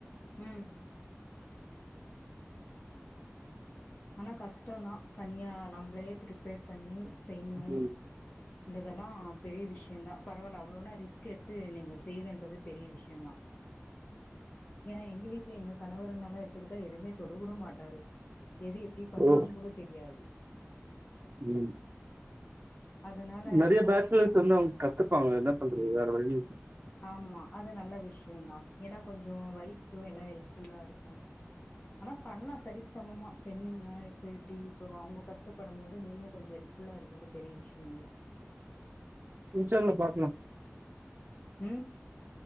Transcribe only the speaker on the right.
ம்
ஓ
ம்
நெறைய பேச்சுலர்ஸ் வந்து அவங்க கத்துப்பாங்க என்ன பண்றது வேற வழி
பியூச்சர்ல பாக்லா